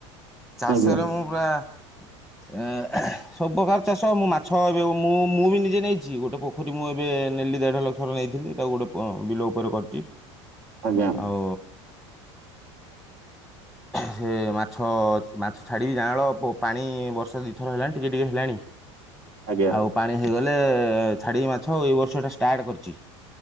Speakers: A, in the centre; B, on the right.
A: ଚାଷରେ
B: ଆଜ୍ଞା
A: ମୁଁ ପୁରା ଏ- ସବୁପ୍ରକାର ଚାଷ ମୁଁ ମାଛ ଏବେ ମୁଁ ମୁଁ ବି ନିଜେ ନେଇଛି ଗୋଟେ ପୋଖରୀ ମୁଁ ଏବେ <unintelligible> ଦେଢ ଲକ୍ଷର ନେଇଥିଲି ତାକୁ ଗୋଟେ ଅଁ ବିଲ ଉପରେ କରିଛି।
B: ଆଜ୍ଞା।
A: ଆଉ ସେ ମାଛ- ମାଛ ଛାଡ଼ିବି ଜାଁଳ ପାଣି ବର୍ଷା ଦୁଇଥର ହେଲାଣି ଟିକେ ଟିକେ ହେଲାଣି।
B: ଆଜ୍ଞା
A: ଆଉ ପାଣି ହେଇଗଲେ- ଛାଡ଼ିବି ମାଛ ଆଉ ଏଇ ବର୍ଷଟା ଷ୍ଟାର୍ଟ କରିଛି।